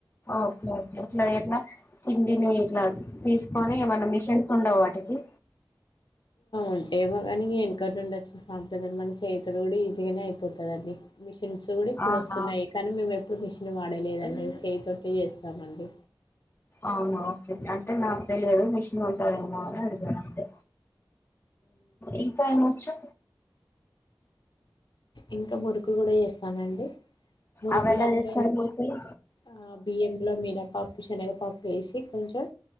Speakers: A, on the left; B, on the left.
A: ఓకే ఎట్లా ఎట్లా తిండి నేరు ఇట్లా తీసుకొని ఏమన్నా మిషన్స్ ఉండవు వాటికి
B: ఉంటేమో కానీ ఎనుకట నుండి వచ్చిన సాఫట్వేర్ మనం చేయితోటి కూడా ఈజీగానే అయిపోతదండి మిషన్ కచూడు ఇప్పుడు
A: అవునవును
B: వస్తున్నాయి కానీ మేం ఎప్ ఇప్పుడు మిషన్ వాడలేదండి చేయితోటి చేస్తామండి
A: అవునా ఓకే అంటే నాకు తెలియదు మిషన్ ఉంటదేమో అని అడిగాను అంతే ఇంకా ఏమొచ్చు
B: ఇంక మురు కూడా యెస్ తనండి మురుకులంటే
A: అవి ఎలా చేస్తారు మురుకులు
B: ఆ బియ్యంల మినపప్పు శనిగపప్పు వేసి కొంచం